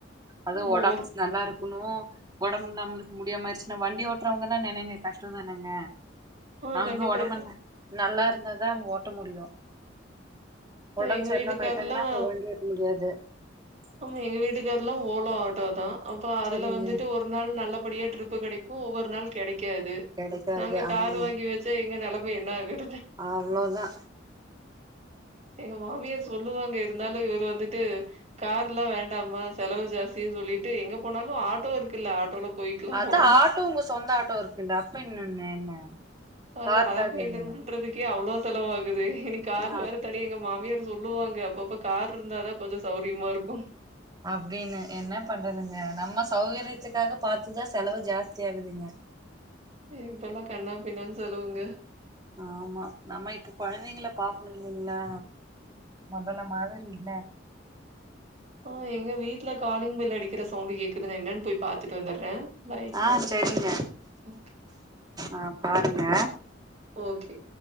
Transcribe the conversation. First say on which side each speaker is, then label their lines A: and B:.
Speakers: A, on the right; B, on the right.
A: அது
B: ஆமா
A: ஒடம்ப்ஸ்
B: ஒரு
A: நல்லாருக் குணூ ஒடம்பு நம்மளுக்கு முடியாம ஆயிர்ச்சுன்னா வண்டி ஓட்டுறவங்கல்லா நெனைங்க கஷ்டோந்தானங்க.
B: ஆ
A: அவுங்க
B: கண்டிப்பா
A: ஒடம்பெல்லா
B: இப்ப
A: நல்லாருந்த தா அங்க ஓட்ட முடியூ
B: இப்ப
A: ஒடம்ப்
B: எங்க
A: சரிலாம
B: வீட்டுக்காரர்லாம்
A: ஆயிட்டாங்கனா அப்போ வண்டி ஓட்ட முடியாது
B: ஆமா எங்க வீட்டுக்காரெல்லா ஓலோ ஆட்டோ தா அப்ப அதுல
A: சரிங்க
B: வந்துட்டு ஒரு நாள் நல்லபடியா ட்ரிப் கெடைக்கு ஒவ்வொரு நாள் கெடைக் க்காது.
A: கெடைக்காது
B: நாங்க
A: ஆமாமா
B: காரு வாங்கி வெச்சா எங்க நெல மா என்னாகுறது
A: அவ்ளோதா
B: எங்க மாமியார் சொல்லுவாங்க இருந்தாலு இவர் வந்துட்டு கார்லா வேண்டாமா செலவு ஜாஸ்த்தி சொல்லிட்டு எங்க போனாலு ஆட்டோ இருக்குள்ள ஆட்டோல போய்க்கலாம்
A: அதா
B: அவ்வளோதான்.
A: ஆட்டோ உங்க சொந்த ஆட்டோ இருக்குள்ள அப்ப என்னன்ன என்ன <inaudible>
B: அதா
A: காருக்காக
B: அத மெயின்டென்
A: என்ன
B: பண்றதுக்கே அவ்ளோ செலவாகுது இனி காரு
A: ஆ
B: வேற <unintelligible> எங்க மாமியாரு சொல்லுவாங்க அப்பப்ப கார் இருந்தாதா கொஞ்சோ சௌரியமா இருக்கூன்டு
A: அப்டினு. என்ன பண்றதுங்க. நம்ம சௌகரியத்துக்காக பாத்துதா செலவு ஜாஸ்தி ஆகுதுங்க.
B: ஐயோ இப்பலா கண்ணா பின்னானு செலுவுங்க
A: ஆமா நம்ம இப்ப கொழந்தங்ள பாக்கணு இல்லிங்களா. மொதல மாதிரி இல்ல.
B: அ எங்க வீட்ல காலிங் பெல் அடிக்கிற சவுண்ட் கேக்குது நா என்னனு போய் பாத் துட்டு வந்துட்றே. பாய்.
A: ஆ செரிங்க
B: ஓகே
A: ஆ பாருங்க
B: ஓகே